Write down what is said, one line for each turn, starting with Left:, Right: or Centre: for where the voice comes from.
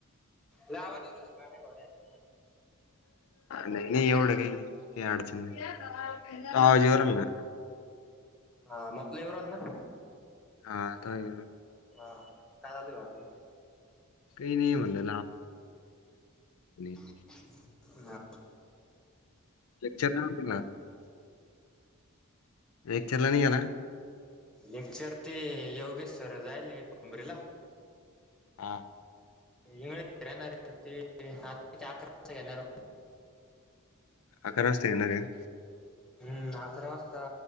Centre: लय आवाज येऊ राहिला गाड्या घोड्याचा.
Left: नाही नाही एवढं काही नाही काही अडचण नाही. आवाज येऊ राहिला.
Centre: हा <unintelligible>
Left: हा येतोय.
Centre: हा काय झालंय बाकी?
Left: काही नाही म्हणलं <unintelligible>
Centre: हम.
Left: लेक्चर द्या ना तिला. वेक्चरला नाही हायना?
Centre: लेक्चर ते योगेश सर जायले पोबरीला.
Left: हा.
Centre: लवकर येणारे ते सात ते अकरा वाजता येणारे.
Left: अकरा वाजत येणार आहेत?
Centre: हम्म अकरा वाजता